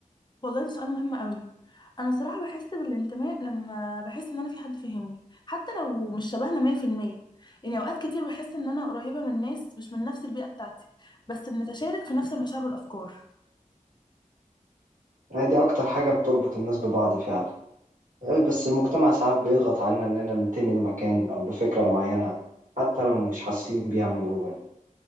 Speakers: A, on the left; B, on the right.
A: والله ده سؤال مهم قوي انا صراحه بحس بالانتماء لما بحس ان انا في حد فاهمني حتى لو مش شبهنا 100% يعني اوقات كتير بحس ان انا قريبه من ناس مش من نفس البيئه بتاعتي بس بنتشارك في نفس المشاعر والافكار
B: يعني دي أكتر حاجة بتربط الناس ببعض فعلا بس المجتمع ساعات بيضغط علينا إننا ننتمي لمكان أو لفكرة معينة حتى لو مش حاسين بيها من جوانا